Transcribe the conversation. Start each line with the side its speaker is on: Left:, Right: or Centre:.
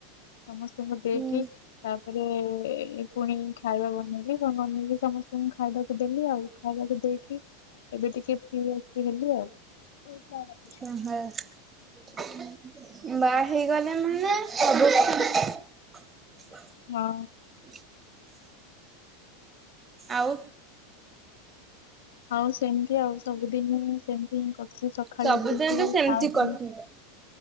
Left: ସମସ୍ତଙ୍କୁ ଦେଇକି
Right: ହୁଁ
Left: ତା ରେ ପୁଣି ଖାଇବା ବନେଇଲିଣି ବନେଇକି ସମସ୍ତଙ୍କୁ ଖାଇବାକୁ ଦେଲି ଆଉ ଖାଇବାକୁ ଦେଇକି ଏବେ ଟିକେ ଫ୍ରି ଏ ହେଲି ଆଉ।
Right: <unintelligible> <unintelligible>
Left: ହଁ।
Right: <inaudible> ଆଉ
Left: ଆଉ ସେମିତି ଆଉ ସବୁଦିନ ହିଁ ସେମିତି ହିଁ କରୁଛି ସକାଳୁ
Right: ସବୁଦିନ
Left: ଉଠିକି
Right: ତ ସେମିତି
Left: ଖାଉଚି।
Right: କଟିବ